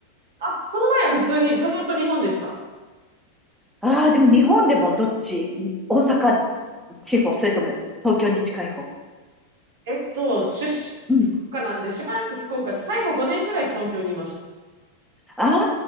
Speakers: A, on the right (about 60°); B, in the centre.
A: あ、その前は普通にずっと日本でした。
B: ああ、でも日本でもどっち大阪地方、それとも東京に近い方。
A: えっと、出身国家なんで、
B: うん。
A: しばらく福岡で、最後5年ぐらい東京にいました。
B: ああ、